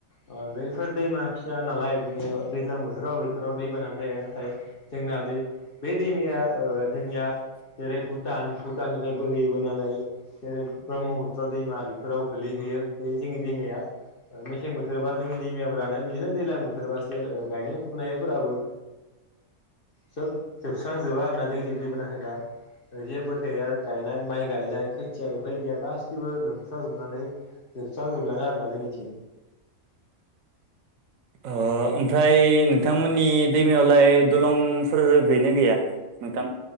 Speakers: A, on the left; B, on the right.
A: ओ बैफोर दैमा फिसा नालाय बेयो दैज्लां बोथोराव बेफोराव दैमाना जाया। नाथाय जोंना दै बे दैमाया ओ जोंनिया जेरै भुटान भुटाननिफ्राय बोहैबोनानै जेरै ब्रह्मपुत्र दैमा बेफोराव गोलैहैयो बे जोंनि दैमाया मेसें बोथोरबा जोंनि दैमायाफोरानो बिदिनो दैज्लां बोथोरबासो गायनाय फुनायफोराबो सोब जोबस्रांजोबा आरोना जों ज दैबोना हबा जेबो थैया आरो गायनाय माइ गायनाय खोथिया बेफोरबायदिया गासैबो लोमस्राजोबनानै जोबस्रांजोबलाङो आरोना जोंनिथिं।
B: ओ ओमफ्राय नोंथांमोननि दैमायावलाय दलंफोर गैना गैया? नोंथां।